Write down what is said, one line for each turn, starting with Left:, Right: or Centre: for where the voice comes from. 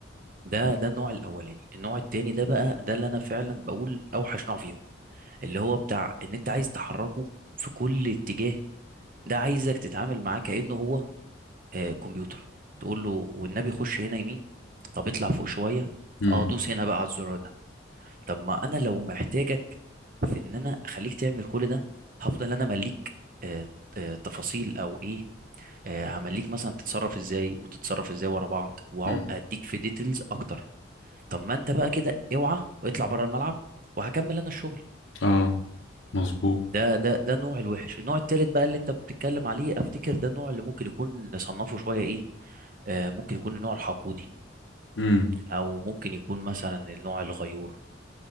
Right: ده ده النوع الاولاني النوع التاني ده بقى ده اللي انا فعلا بقول اوحش نوع فيهم اللي هو بتاع ان انت عايز تحركه في كل اتجاه ده عايزك تتعامل معاه كأنه هو آه كمبيوتر تقول له والنبي خش هنا يمين طب اطلع فوق شوية
Left: امم
Right: اه دوس هنا بقى على الزرار ده طب ما انا لو محتاجك في ان انا اخليك تعمل كل ده هفضل انا مليك آه آه تفاصيل او ايه آه همليك مثلا تتصرف ازاي وتتصرف ازاي ورا بعض واقعد
Left: امم
Right: اديك في ديتيلز اكتر طب ما انت بقى كده اوعى واطلع بره الملعب وهكمل انا الشغل
Left: اه مظبوط
Right: ده ده ده النوع الوحش النوع التالت بقى اللي انت بتتكلم عليه افتكر ده النوع اللي ممكن يكون نصنفه شوية ايه آه ممكن يكون النوع الحقودي
Left: امم
Right: او ممكن يكون مثلا النوع الغيور